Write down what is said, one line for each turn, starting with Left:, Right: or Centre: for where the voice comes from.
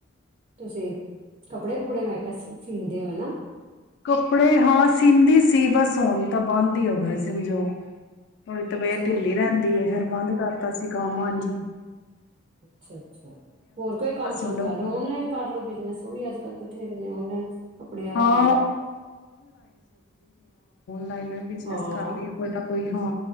Right: ਤੁਸੀਂ ਕੱਪੜੇ ਕੁਪੜੇ ਮੈਂ ਕਿਹਾ ਸੀਂਦੇ ਹੋ ਨਾ
Left: ਕੱਪੜੇ ਹਾਂ ਸਿੰਦੀ ਸੀ, ਬਸ ਹੁਣ ਤਾਂ ਬੰਦ ਹੀ ਹੋ ਗਿਆ ਸਮਝੋ। <inaudible> ਥੋੜੀ ਤਬੀਅਤ
Right: ਅੱਛਾ,
Left: ਢਿੱਲੀ ਰਹਿੰਦੀ ਏ, ਫੇਰ ਬੰਦ ਕਰਤਾ ਸੀ ਕੰਮ ਆ ਜੀ।
Right: ਅੱਛਾ-ਅੱਛਾ, ਹੋਰ ਕੋਈ ਕੰਮ ਸ਼ੁਰੂ
Left: ਹੁਣ
Right: ਕਰ ਲੋ, ਔਨਲਾਈਨ ਕਰ ਲੋ ਬਿਜਨੇਸ, ਉਹ ਵੀ ਅੱਜਕਲ <unintelligible> ਔਨਲਾਈਨ ਕੱਪੜਿਆਂ ਦਾ
Left: ਹਾਂ
Right: ਕੰਮ।
Left: <unintelligible> ਲਾਈਨ ਬਿਜਨਸ
Right: ਹਾਂ
Left: ਕਰ ਲਈਏ ਕੋਈ ਨਾ ਕੋਈ ਹਾਂ।